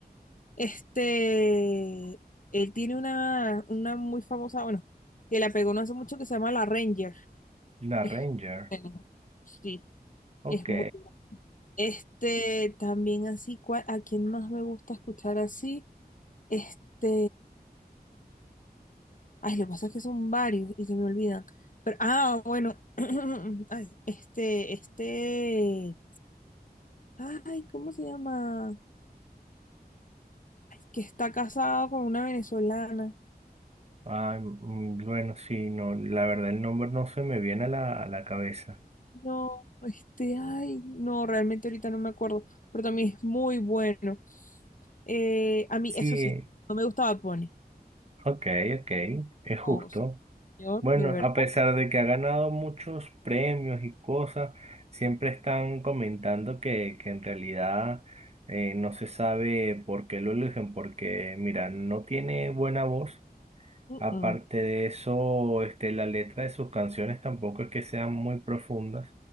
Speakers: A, on the left; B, on the right.
A: Este, él tiene una, una muy famosa, bueno, que la pegó no hace mucho que se llama La Ranger.
B: La
A: Es
B: Ranger.
A: bueno, sí,
B: Ok.
A: es muy. Este, también así, ¿cuál- ¿a quién más me gusta escuchar así? Este, ay, lo que pasa es que son varios y se me olvidan. Pero, ah, bueno, <clears throat> ay, este, este, ay, ¿cómo se llama? Que está casado con una venezolana.
B: Ah, mm, bueno, sí, no, la verdad el nombre no se me viene a la, a la cabeza.
A: No, este, ay, no, realmente ahorita no me acuerdo, pero también es muy bueno. Eh, a mí,
B: Sí,
A: eso sí, no me gustaba Pony.
B: ok, ok, es justo.
A: No, señor,
B: Bueno,
A: de verdad.
B: a pesar de que ha ganado muchos premios y cosas, siempre están comentando que, que en realidad eh, no se sabe por qué lo eligen, porque mira, no tiene buena voz.
A: mm,
B: Aparte
A: mm,
B: de eso, este, la letra de sus canciones tampoco es que sean muy profundas.